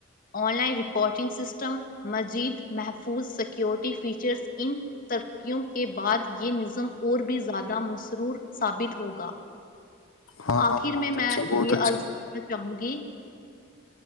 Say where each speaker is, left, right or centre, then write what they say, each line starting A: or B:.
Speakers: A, on the left; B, on the left.
A: online reporting system مزید محفوظ سکیورٹی فیچرز ان ترکیوں کے بعد یہ نظم اور بھی زیادہ مصرور ثابت ہوگا
B: ہاں
A: آخر
B: ہاں بہت
A: میں
B: اچھا
A: میں
B: بہت
A: یہ
B: اچھا
A: ارض چوں گی <inaudible>